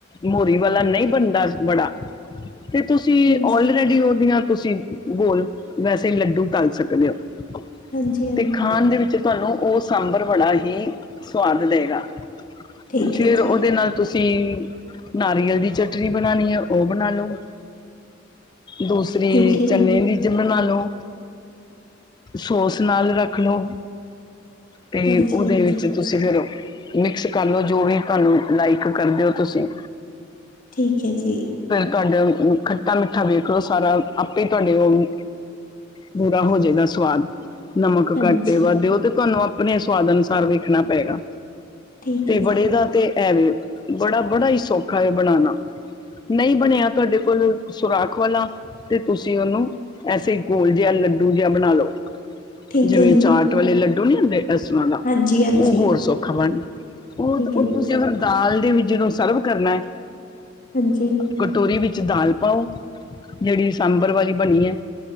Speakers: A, on the left; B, on the left.
A: ਮੋਅਰੀ ਵਾਲਾ ਨਈ ਬਣਦਾ ਵੜਾ ਫਿਰ ਤੁਸੀਂ
B: ਹਾਂਜੀ,
A: ਔਲ ਰੈਡੀ ਔਦੀਆਂ ਤੁਸੀਂ ਗੋਲ ਵੈਸੇ ਈ ਲੱਡੂ ਤਲ ਸਕਦੇ ਔ।
B: ਹਾਂਜੀ, ਹਾਂਜੀ
A: ਤੇ ਖਾਣ ਦੇ ਵਿੱਚ ਤੁਹਾਨੂੰ ਓਹ ਸਾਂਬਰ ਵੜਾ ਹੀ ਸਵਾਦ ਦਏਗਾ,
B: ਠੀਕ
A: ਜਿੜ
B: ਹੈ ਜੀ,
A: ਓਹਦੇ ਨਾਲ ਤੁਸੀਂ ਨਾਰੀਅਲ ਦੀ ਚਟਨੀ ਬਣਾਣੀ ਏ ਓਹ ਬਣਾ ਲੋ, ਦੂਸਰੀ
B: ਠੀਕ ਹੈ
A: ਚਨੇ
B: ਜੀ,
A: ਦੀ ਜੇ ਬਣਾ ਲਓ, ਸੌਸ ਨਾਲ ਰੱਖ ਲੋ। ਤੇ
B: ਹਾਂਜੀ,
A: ਉਹਦੇ
B: ਹਾਂਜੀ
A: ਵਿੱਚ ਤੁਸੀਂ ਫੇਰ ਮਿਕਸ ਕਰ ਲਓ ਜੋ ਵੀ ਤੁਹਾਨੂੰ ਲਾਈਕ ਕਰਦੇ ਔ ਤੁਸੀਂ।
B: ਠੀਕ ਏ ਜੀ।
A: ਤੁਹਾਡ ਖੱਟਾ ਮਿੱਠਾ ਵੇਖ ਲੋ ਸਾਰਾ ਆਪੇ ਈ ਤੁਹਾਡੇ ਉਹ ਬੁਰਾ ਹੋ ਜਾਏਗਾ ਸਵਾਦ। ਨਮਕ
B: ਹਾਂਜੀ
A: ਕਾਟ ਏ, ਵਾਧ ਏ ਓਹ ਤੇ ਤੁਹਾਨੂੰ ਆਪਣੇ ਸਵਾਦ ਅਨੁਸਾਰ ਵੇਖਣਾ ਪਏਗਾ।
B: ਠੀਕ
A: ਤੇ
B: ਹੈ ਜੀ,
A: ਵੜੇ ਦਾ ਤੇ ਐਹ ਵੇ ਬੜਾ-ਬੜਾ ਹੀ ਸੌਖਾ ਏ ਬਣਾਨਾ। ਨਈ ਬਣੇਆ ਤੁਹਾਡੇ ਕੋਲ ਸੁਰਾਖ ਵਾਲਾ ਤੇ ਤੁਸੀਂ ਉਹਨੂੰ ਐਸੇ ਈ ਗੋਲ ਜੇਹਾ ਲੱਡੂ ਜੇਹਾ ਬਣਾ ਲੋ।
B: ਠੀਕ
A: ਜਿਵੇਂ
B: ਹੈ ਜੀ,
A: ਚਾਟ ਵਾਲੇ ਲੱਡੂ ਨੀ ਹੁੰਦੇ ਐਸ ਰ੍ਹਾਂ ਦਾ।
B: ਹਾਂਜੀ, ਹਾਂਜੀ
A: ਉਹ ਹੋਰ ਸੌਖਾ ਬਣ, ਉਹ,
B: ਠੀਕ
A: ਉਹ
B: ਹੈ
A: ਤੁਸੀਂ
B: ਜੀ,
A: ਅਗਰ ਦਾਲ ਦੇ ਵਿੱਚ ਜਿਰੋ ਸਰਵ ਕਰਨਾ ਏ
B: ਹਾਂਜੀ।
A: ਕਟੋਰੀ ਵਿੱਚ ਦਾਲ ਪਾਓ ਜੇਹੜੀ ਸਾਂਬਰ ਵਾਲੀ ਬਣੀ ਏ।